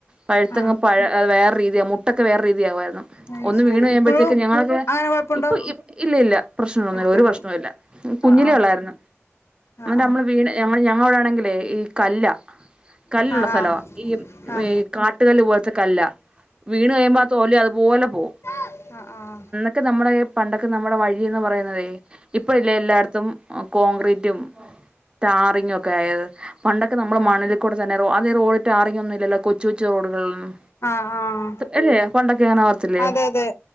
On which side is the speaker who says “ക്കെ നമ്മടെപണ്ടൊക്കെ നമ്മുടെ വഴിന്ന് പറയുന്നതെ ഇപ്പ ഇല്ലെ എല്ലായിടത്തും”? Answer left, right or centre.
Right